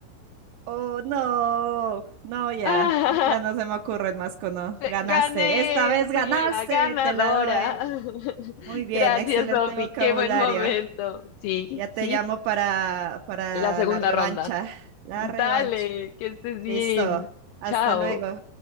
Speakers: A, on the right (about 80°); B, on the left (about 80°).
A: Oh, no, no, ya,
B: <laughs> ¡Ah!
A: ya no se me ocurren más cono. Ganaste,
B: Gané,
A: esta vez ganaste,
B: fui la ganadora.
A: te la doy.
B: <laughs>
A: Muy bien,
B: Gracias,
A: excelente
B: Sofi,
A: vocabulario.
B: qué buen momento. Sí,
A: Ya te
B: sí,
A: llamo para, para
B: la segunda
A: la revancha.
B: ronda.
A: La
B: Dale,
A: revancha.
B: que estés bien.
A: Listo, hasta
B: Chao.
A: luego.